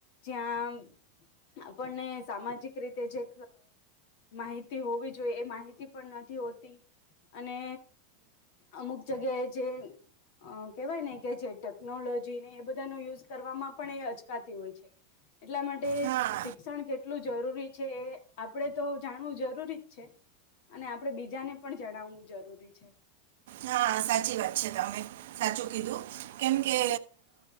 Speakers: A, on the left (about 65°); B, on the right (about 75°).
A: જ્યાં આપણને સામાજિક રીતે જે માહિતી હોવી જોઈએ એ માહિતી પણ નથી હોતી અને અમુક જગ્યાએ જે અ કેહેવાય ને કે જે ટેકનોલોજીને એ બધાનો યુઝ કરવામાં પણ એ અચકાતી હોય છે એટલા માટે
B: હા
A: શિક્ષણ કેટલું જરૂરી છે એ આપડે તો જાણવું જરૂરી જ છે અને આપડે બીજાને પણ જણાવવું જરૂરી છે
B: હા સાચી વાત છે તમે સાચું કીધું કેમ કે